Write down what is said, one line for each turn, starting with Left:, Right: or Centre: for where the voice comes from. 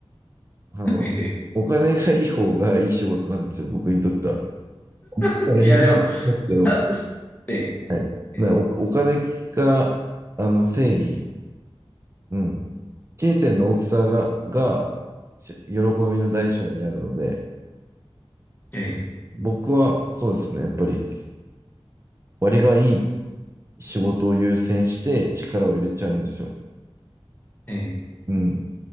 Right: あの、
Left: ーええ
Right: お金がいい方がいい仕事なんですよ、僕にとっては。こっちはやりがいますけど、
Left: ーいやでも、たえ
Right: はい。
Left: ええ
Right: だお、お金が、あの、正義、うん。金銭の大きさが、が、し喜びの代償になるので、
Left: えええ
Right: 僕はそうですね、やっぱり割がいい仕事を優先して力を入れちゃうんですよ。
Left: ええ
Right: うん。